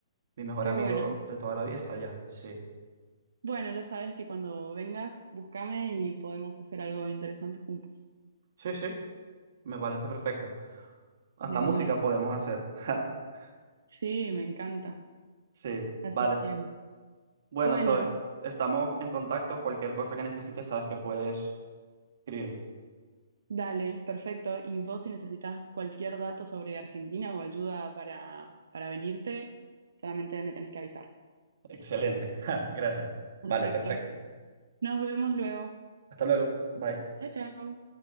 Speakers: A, on the right; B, on the right.
A: Mi mejor
B: Qué
A: amigo
B: bueno.
A: de toda la vida está allá, sí.
B: Bueno, ya sabes que cuando vengas, búscame y podemos hacer algo interesante juntos.
A: Sí, sí. Me parece perfecto. Hasta
B: De una.
A: música podemos hacer. <laughs>
B: Sí, me encanta.
A: Sí,
B: Así
A: vale.
B: que,
A: Bueno,
B: bueno,
A: Zoe, estamos en contacto. Cualquier cosa que necesites, sabes que puedes escribirme.
B: dale, perfecto. Y vos si necesitas cualquier dato sobre Argentina o ayuda para, para venirte, solamente me tenés que avisar.
A: Excelente. <laughs> Ja, Gracias.
B: Perfecto.
A: Vale, perfecto.
B: Nos vemos luego.
A: Hasta luego. Bye.
B: Chao, chao.